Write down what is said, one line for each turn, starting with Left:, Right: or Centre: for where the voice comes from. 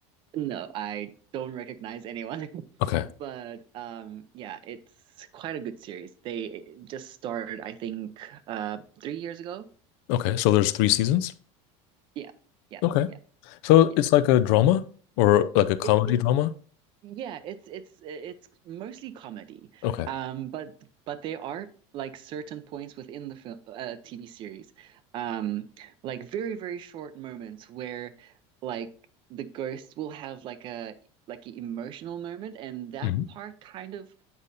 Right: No, I don't recognize anyone. <laughs>
Left: Okay.
Right: But um yeah, it's quite a good series. They just started, I think, uh three years ago.
Left: Okay. So there's three seasons.
Right: Yeah, yeah,
Left: Okay.
Right: yeah,
Left: So
Right: yeah.
Left: it's like a drama or like a comedy
Right: It, it's
Left: drama.
Right: yeah, it's it's it's mostly comedy.
Left: Okay.
Right: Um, but but there are like certain points within the film uh, TV series, um, like very very short moments where like the ghost will have like a like an emotional moment, and that
Left: hmm
Right: part kind of